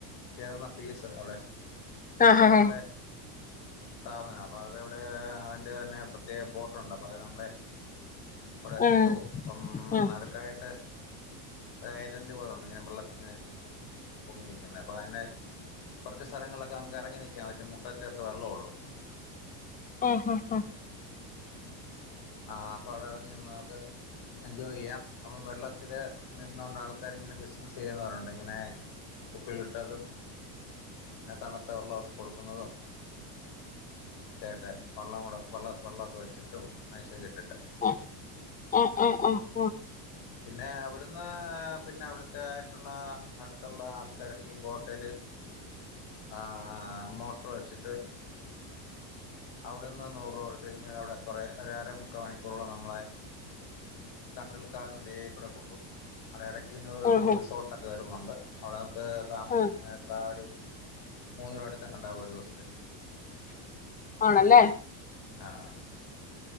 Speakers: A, on the left; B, on the left.
A: കേറുന്ന ഫീസ് അവിടെ സർക്കാറി
B: ആഹ് ആഹ്
A: ന്റെ സ്ഥാപന അപോം അവിടെ എവിടെ അവന്റെ തന്നെ പ്രത്യേക ബോർ ട്ടു ണ്ട് അപ്പ അത് നമ്മേ അവിടെ കൊണ്ടുപോകും
B: ആഹ്
A: പ്പം
B: ആഹ്
A: നടക്കായിട്ട് ഒരു ഐലൻറ് പോലെ ഉണ്ട് ടായ്‌ലന്റ് പോയ്‌ ഇങ്ങനെ വെള്ളത്തിങ്ങനെ നിക്കും പൊങ്ങി നിക്കുന്നത് അപ്പോഅന്നെ കുറച്ച് സ്ഥലങ്ങൾലൊക്കെ നമുക്ക് ഇറങ്ങി നിക്കാൻ പറ്റും മുട്ടറ്റൊക്കെ വെള്ള ഒള്ളൂ
B: ഒ ഹ ഹ
A: ആഹ് അപ്പൊ അവിടെ ഇറങ്ങിനി ന്നാക് എൻജോയ് ചെയ്യാം അപ്പം എജോയ് എജോയ് യാ അപ്പം വെള്ളത്തില് നിന്നോണ്ട് ആൾക്കാർ ഇങ്ങനെ ബിസിനസ്സ് ചെയ്യുന്നവരുണ്ട് ഇങ്ങനെ ഉപ്പിലിട്ടതും പിന്നെ തണുത്ത വെള്ളമൊക്കെ കൊടുക്കുന്നതോ കേട്ടെ വള്ളം കൂടെ വള്ള വെള്ളമൊക്കെ വെച്ചിട്ടും മേശക ഇട്ടിട്ടൊക്കെ
B: ഉ ആഹാ ആഹാ ആഹാ
A: പിന്നെ അവിടുന്ന് പിന്നെ അവിടുത്തെ ആയിട്ടുള്ള അടുത്തുള്ള ആൾക്കാരൊക്കെ ഈ ബോട്ടെൽ ആഹ് മോട്ടർ വെച്ചിട്ട് അവിടുന്ന് നൂറ് രൂകൊടുത്തഴിഞ്ഞാ അവിടെ കുറെ അര മുക്ക മണിക്കോറള്ളം മ്മളെ കണ്ടൽക്കാലടെ കൂടെ കൊണ്ടുഉ അവടെ ഇടയ്ക്ക്ന്നത്
B: ആഹ് ആഹ്
A: റിസോർ ക്കെ വരുന്നുണ്ട് അവിടെ നമുക്ക് താമസിക്കണ
B: ആഹ്
A: അ ഒരു മൂന്നിന് അടുത്തക്കെ ണ്ടാകും ഒരു ദിവസത്തേക്ക്
B: ആണല്ലേ
A: ആഹ്